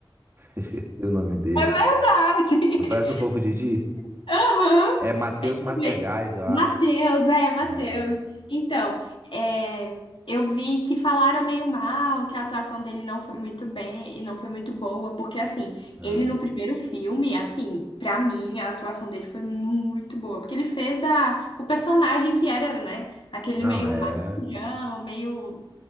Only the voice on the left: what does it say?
É verdade.
<laughs> Aham.
Le-
Matheus,
é, Matheus.
Então, é, eu vi que falaram meio mal, que a atuação dele não foi muito bem e não foi muito boa, porque assim,
ele no primeiro filme, assim, pra mim, a atuação dele foi muito boa, porque ele fez a, o personagem que era, né, aquele
meio
malandrão, meio